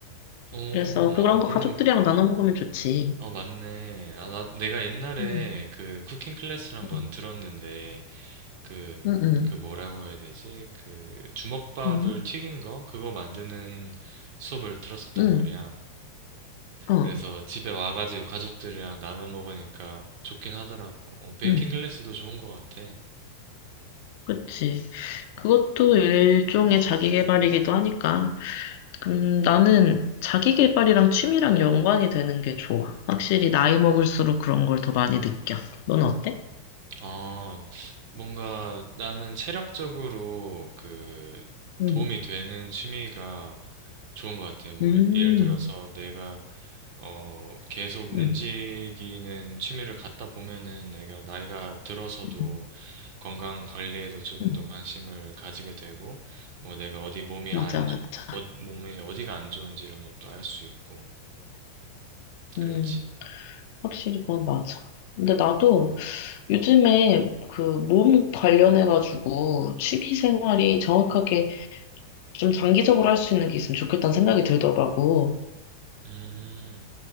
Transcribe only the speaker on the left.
그래서 그런 거
가족들이랑 나눠 먹으면 좋지.
응
응,
응,
응
응,
응, 어,
응.
그치. 그것도 일종의 자기 개발이기도 하니까 음, 나는 자기 개발이랑 취미랑 연관이 되는 게 좋아. 확실히 나이 먹을수록 그런 걸 더 많이 느껴. 넌 어때?
음,
음,
음,
음,
음.
맞아,
맞아.
음,
확실히 그건 맞아. 근데 나도 요즘에 그 몸 관련해가지고 취미 생활이 정확하게 좀 장기적으로 할 수 있는 게 있으면 좋겠다는 생각이 들더라고.